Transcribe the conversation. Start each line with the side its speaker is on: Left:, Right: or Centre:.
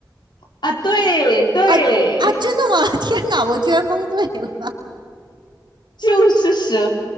Left: 啊，对对，
Right: 啊啊，真的吗？<laughs> 天哪，我居然蒙对了。
Left: 就是蛇，